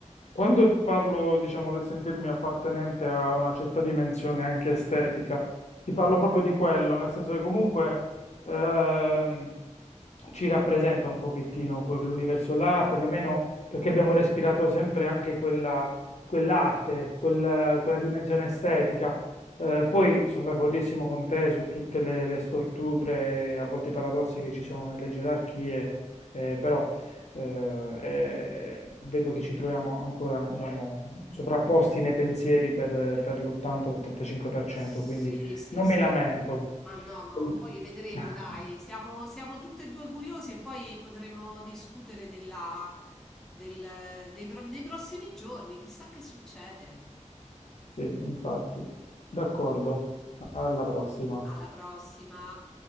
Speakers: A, on the left; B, in the centre.
A: quando parlo, diciamo, del sentirmi appartenente a una certa dimensione anche estetica, ti parlo proprio di quello, nel senso che comunque ehm, ci rappresenta un pochettino quell'universo là, perlomeno perché abbiamo respirato sempre anche quella, quell'arte, quel- quella dimensione estetica. Eh, poi sono d'accordissimo con te su tutte le, le storture, a volte i paradossi che ci sono nelle gerarchie, eh, però eh, e vedo che ci troviamo ancora, diciamo, sovrapposti nei pensieri per, per l'80-85%,
B: sì,
A: quindi
B: sì,
A: non
B: sì.
A: mi lamento.
B: Ma no, no,
A: <laughs>
B: poi vedremo, dai, siamo, siamo tutte e due curiosi e poi potremo discutere della, del, dei pro- nei prossimi giorni, chissà che succede.
A: Sì, infatti. D'accordo. Alla prossima.
B: Alla prossima.